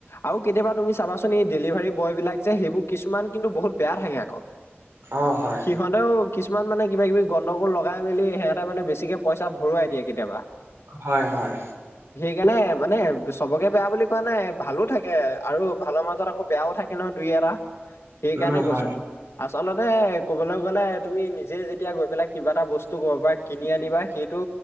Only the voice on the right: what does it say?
অ হয়
হয়- হয়।
উম
হয়